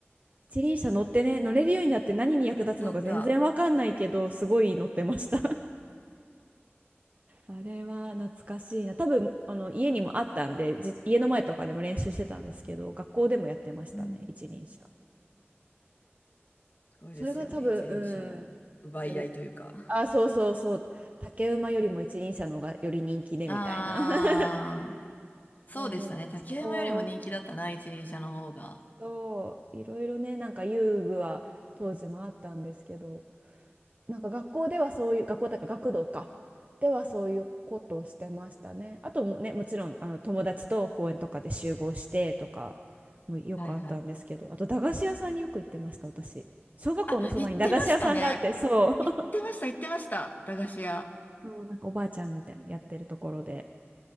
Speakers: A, on the right; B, on the left.
A: 一輪車乗ってね乗れるようになって何に役立つのか全然わかんないけどすごい乗ってました
B: だった。
A: あれは懐かしいな。多分、あの、家にもあったんで、じ家の前とかでも練習してたんですけど、学校でもやってましたね、
B: うん。
A: 一輪車。
B: すごいですよね。
A: それが多分、
B: 一輪車の奪い合いというか。
A: うん、割あ、そうそうそう、竹馬よりも一輪車の方がより人気でみたいな。
B: ああ、
A: <laughs>
B: そうでしたね。
A: いろいろ、
B: 竹山よりも人気だったな、
A: そう、
B: 一輪車の方が。
A: そう、いろいろね、なんか遊具は当時もあったんですけど、なんか学校ではそういう学校だから学童かではそういうことをしてましたね。あともねもちろんあの友達と公園とかで集合してとかもよくあったんですけどあと駄菓子屋さんによく行ってました私。
B: はいはい。
A: 小学校のそばに駄菓子屋さんがあってそう
B: あ、行ってましたね。行ってました、
A: <laughs>
B: 行ってました。駄菓子屋。
A: そうなんかおばあちゃんみたいにやってるところで